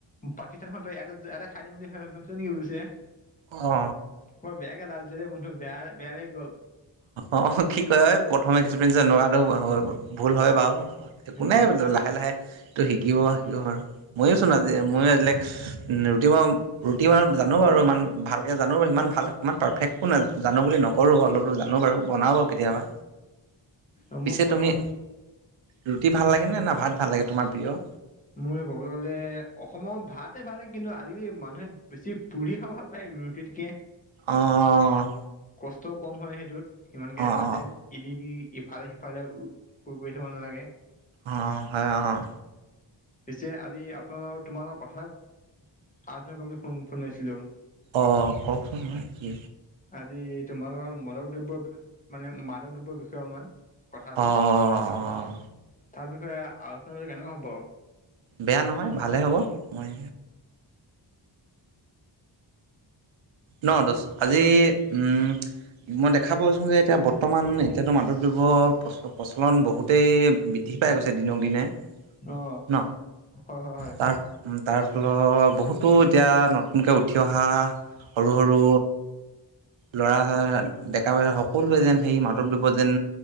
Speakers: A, on the left (about 15°); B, on the right (about 75°).
A: পাকিস্তানখনতো এটা - এটা খাই দিম বুলি ভাব ভাবিছ নেকি বুলি কৈছে।
B: অ।
A: বৰ বেয়াকে লাজ দিলে যে বন্ধু বেয়া-বেয়া লাগি গ'ল।
B: অ, কি কয়, প্ৰথম এক্সপিৰিয়েঞ্চ এনেকুৱাটো ভুল হয় বাৰু।
A: উম
B: কোনে লাহে- লাহে তো শিকিব- শিকিব পাৰো। মইয়ো চোন আজি মইয়ো আজিলে ৰুটি মই, ৰুটি বাৰু জানো বাৰু। ইমান ভালকে জানো বাৰু সিমান ভাল ইমান পাৰ্ফেক্ট একো নাই জানো বুলি নকৰো। অলপ জানো বাৰু বনাবা কেতিয়াবা।
A: উম
B: পিছে
A: মই বনাব
B: তুমি ৰুটি ভাল লাগেনে না ভাত ভাল লাগে তোমাৰ প্ৰিয়?
A: মোৰ ক'ব গ'লে অসমৰ ভাতে ভাল কিন্তু আজিকালি মানুহে বেছি পুৰি খাই পাই ৰুটিতকে
B: অঁ, অ।
A: কষ্টও কম হয়, সেইটোত সিমানকে
B: অ'
A: হাতে
B: অ'
A: ইদি দি ইফালে- সিফালে কুৰ কৰি থাকিব নালাগে।
B: অঁ, হয় অঁ।
A: পিছে আজি আপোনালোকৰ তোমালোকৰ কথা এটা আজনই কৰিম বুলি ফোন ফোন মাৰিছিলো।
B: অ', কওকচোন হয় কি?
A: আজি তোমালোকৰ মদক দ্ৰব্য মানে মাদক দ্ৰব্যৰ বিষয়ে অলপমান কথাটো
B: অ' অ' অ'
A: তাৰ বিষয়ে আলোচনা বুলি কেনেকুৱা হ'ব।
B: বেয়া নহয় ভালে হ'ব মই ন দোস্ত আজি উম মই দেখা পাইছোঁ যে এতিয়া বৰ্তমান এতিয়াতো মাদক দ্ৰব্য প্ৰচ প্ৰচলন বহুতেই বৃদ্ধি পাই গৈছে দিনক দিনে
A: অ অ
B: ন
A: অ হয় হয়
B: তাৰ অ' তাৰফলত বহুতো এতিয়া নতুনকৈ উঠি অহা সৰু, সৰু ল'ৰা ডেকা বুঢ়া সকলোৱে যেন সেই মাদকদ্ৰৱত যেন